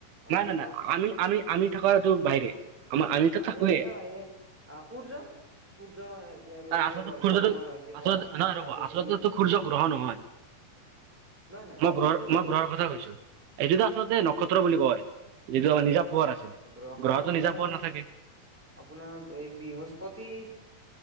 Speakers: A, in the centre; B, on the right.
A: আহ
B: নাই নাই
A: যাক
B: নাই আমি- আমি- আমি থাকাটোৰ বাহিৰে আমাৰ আমিতো থাকোৱে
A: আমি থাকা বাহিৰে আহ সূৰ্য সূৰ্য <unintelligible>
B: তাৰ আচলতে
A: ৰহস্যময়
B: সূৰ্যটো
A: আছে
B: আচলতে
A: তাৰ তলে
B: নহয় ৰ'ব আচলতেতো
A: কোনো
B: সূৰ্য গ্ৰহ নহয়
A: নহয় নহয়
B: মই গ্ৰহৰ
A: কিন্তু
B: মই
A: অ
B: গ্ৰহৰ কথা কৈছো এইটোতো আচলতে নক্ষত্ৰ বুলি কয় যিটো
A: উম
B: আমাৰ
A: উম
B: নিজা
A: হয়
B: পোহাৰ আছে।
A: গ্ৰহ
B: গ্ৰহটোৰ
A: আপোনাৰ
B: নিজা পোহৰ নাথাকে।
A: আপোনাৰ এই বৃহস্পতি,